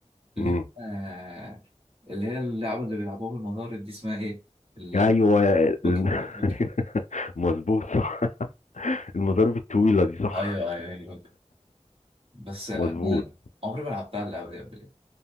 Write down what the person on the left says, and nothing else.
مم.
ايوه الم-
<laughs> مظبوط صح <laughs> المضارب الطويلة دي صح
مظبوط